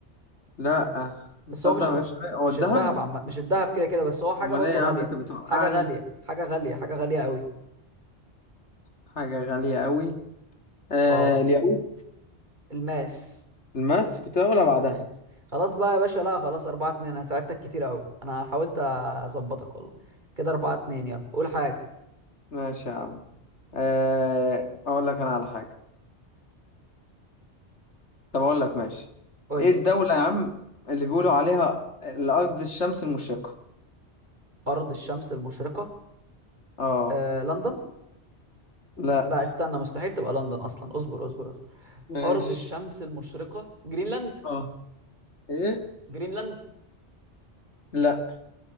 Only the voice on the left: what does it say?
لأ مصدق
مش هو
الذهب
أمال
إيه يا
عم أنت بتوقعني
حاجة غالية أوي آه
الياقوت
الماس كنت هقولها بعدها
ماشي يا عم آه، اقول لك انا على حاجة طب اقول لك ماشي
ايه
الدولة يا عم اللي بيقولوا عليها الارض الشمس المشرقة
اه
لا
ماشي
اه ايه
لا